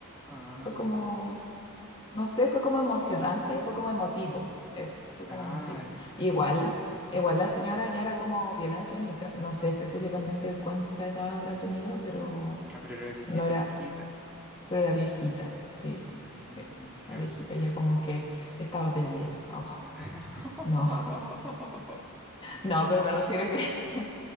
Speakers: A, in the centre; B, on the left.
A: Ah,
B: Fue como, no sé, fue como emocionante, fue como emotivo. Eso, fue
A: ah,
B: como emotivo.
A: ya.
B: Igual, igual la señora ya era como bien ancianita. No sé específicamente cuánta edad habrá tenido, pero
A: Ah, pero era viejita,
B: no era,
A: viejita.
B: pero era viejita. Sí,
A: Mm,
B: sí.
A: ya.
B: La viejita ya como que estaba pedida. <laughs> Ah,
A: <laughs>
B: no. No, pero me refiero que, <laughs>